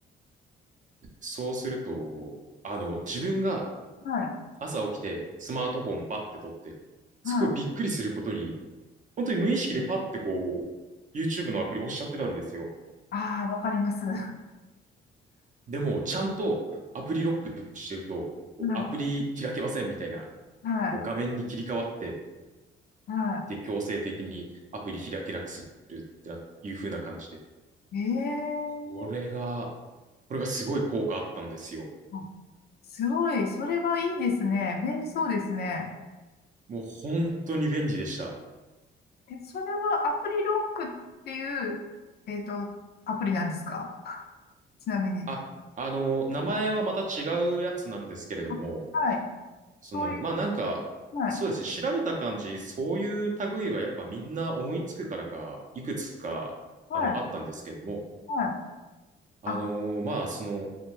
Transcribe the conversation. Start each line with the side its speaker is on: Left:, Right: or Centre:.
Right: そうすると、あの、自分が
Left: はい、
Right: 朝起きてスマートフォンパッて取って、
Left: はい。
Right: すごいびっくりすることに、本当に無意識でパッてこう、YouTube のアプリ押しちゃってたんですよ。
Left: ああ、わかります。<laughs> は
Right: でも、ちゃんとアプリロックしてると、こうアプリ開けませんみたいな、
Left: い、はい、
Right: こう画面に切り替わって、
Left: は
Right: で、強制的にアプリ開けなくするってないう風な感じで。
Left: い。ええー、
Right: これが、これがすごい効果あったんですよ。
Left: あすごい。それはいいですね。便利そうですね。
Right: もう本当に便利でした。
Left: え、それはアプリロックっていう、えっと、アプリなんですかちなみに。
Right: あ、あの、名前はまた違うやつなんですけれども、
Left: あ、はい。
Right: その、
Left: そういう、
Right: まあなんか、
Left: はい、
Right: そうですね、調べた感じ、そういう類はやっぱみんな思いつくからか、いくつか、
Left: はい、
Right: あの、あったんですけども、
Left: はい。
Right: あのーまあ、
Left: あ、
Right: その、